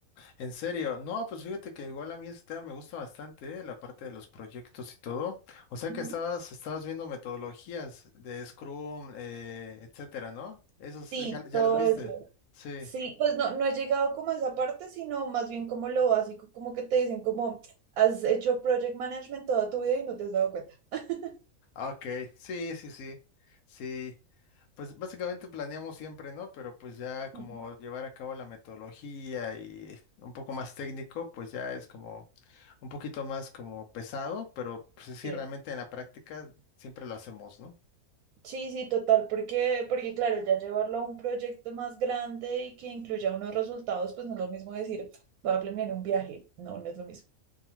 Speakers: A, on the left (about 80°); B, on the right (about 80°).
A: En serio. No, pues fíjate que igual a mí este tema me gusta bastante, ¿eh? La parte de los proyectos y todo. O sea
B: Ujú.
A: que estabas, estabas viendo metodologías de Scrum, eh, etcétera, ¿no? Esos
B: Sí,
A: ya, ya
B: todo
A: las viste.
B: eso.
A: Sí.
B: Sí, pues no, no he llegado como a esa parte, sino más bien como lo básico, como que te dicen como has hecho project management toda tu vida y no te has dado cuenta. <laughs>
A: Ok, sí, sí, sí, sí. Pues básicamente planeamos siempre, ¿no? Pero pues ya como
B: Ujú.
A: llevar a cabo la metodología y un poco más técnico, pues ya es como un poquito más como pesado, pero pues sí,
B: Sí.
A: realmente en la práctica siempre lo hacemos, ¿no?
B: Sí, sí, total, porque, porque claro, ya llevarlo a un proyecto más grande y que incluya unos resultados, pues no es lo mismo decir, voy a planear un viaje, no, no es lo mismo.